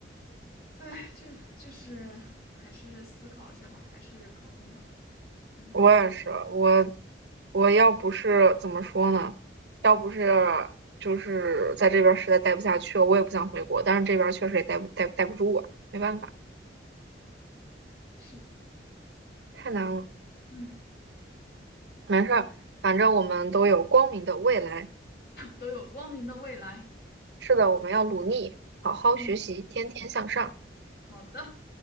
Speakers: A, on the left; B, on the right.
A: 哎，就就是还是思考一下吧，还是考公吧。嗯，
B: 我也是，我我要不是怎么说呢，要不是就是在这边儿实在待不下去了，我也不想回国，但是这边儿确实也待不待待不住啊，没办法，
A: 是的，
B: 太难了，
A: 嗯，
B: 没事儿，反正我们都有光明的未来。
A: 都有光明的未来。
B: 是的，我们要努力，好好学习，
A: 嗯，
B: 天天向上。
A: 好的。